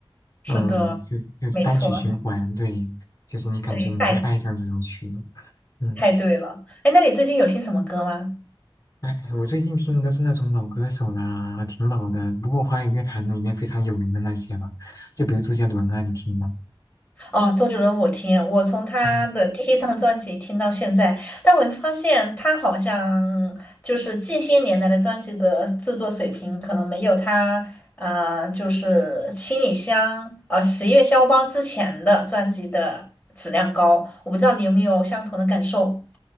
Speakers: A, on the left; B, on the left.
A: 是的，
B: 嗯，就就是单曲循环，
A: 没错，
B: 对，就是你感觉你会爱上这种曲子，
A: 对，太
B: 嗯，
A: 太对了。哎，那你最近有听什么歌吗？
B: 哎，我最近听的都是那种老歌手啦，挺老的，不过华语乐坛呢里面非常有名的那些吧，就比如周杰伦啊，你听吗？
A: 哦，周杰伦我听，我从他的第一张专辑听到现在，
B: 嗯
A: 但我会发现他好像就是近些年来的专辑的制作水平可能没有他啊、呃就是《七里香》呃《十月肖邦》之前的专辑的质量高。我不知道你有没有相同的感受。